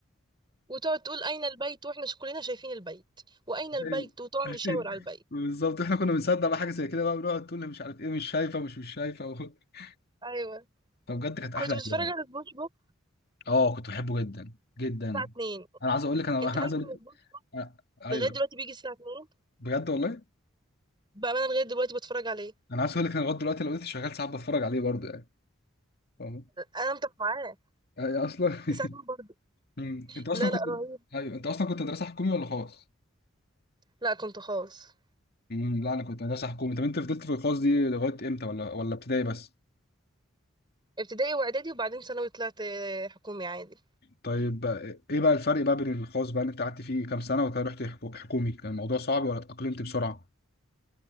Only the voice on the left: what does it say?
ايوه
<laughs>
بالظبط احنا كنا بنصدق بقى حاجه زي كده بقى بنقعد تقول لي مش عارف ايه مش شايفه مش مش شايفه <laughs>
فبجد كانت
احلى
ايام
اه كنت بحبه جدا جدا
انا عايز اقول لك انا
انا
عايز اقول
لك
أنا- ايوه
بجد والله
انا عايز اقول لك انا لغايه دلوقتي لو لسه شغال ساعات بتفرج عليه برضه يعني فاهم
يعني اصلا <laughs>
أمم، انت اصلا
كنت
ايوه انت اصلا كنت مدرسه حكومي ولا خاص
أمم، لا انا كنت مدرسه حكومي طب انت فضلت في الخاص دي لغايه امتى ولا ولا ابتدائي بس
طيب بقى ايه بقى الفرق بقى بين الخاص بقى اللي انت قعدت فيه كام سنه وكده رحت حكو- حكومي كان الموضوع صعب ولا اتاقلمت بسرعه